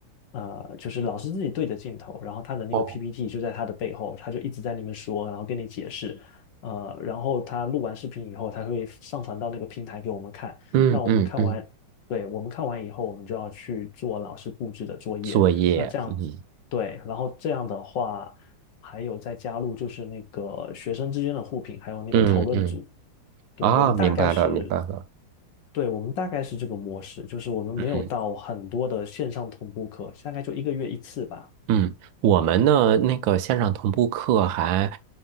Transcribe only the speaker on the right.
哦，
嗯嗯嗯，
作业，
嗯
嗯嗯，
啊，
明白了，明白了。
嗯。
嗯，我们呢那个线上同步课还